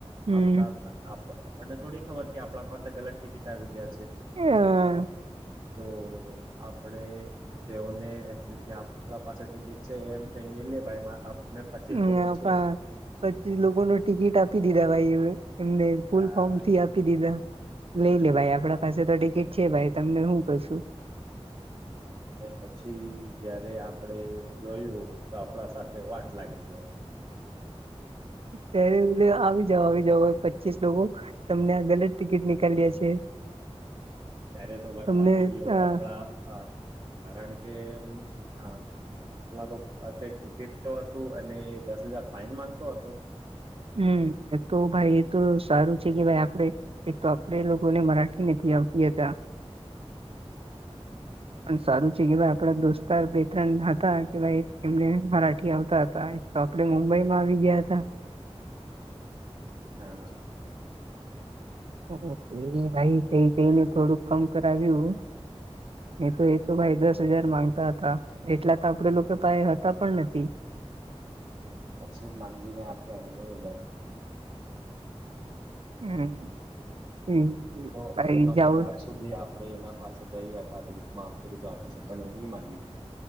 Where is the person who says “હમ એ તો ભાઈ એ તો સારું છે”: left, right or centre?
Right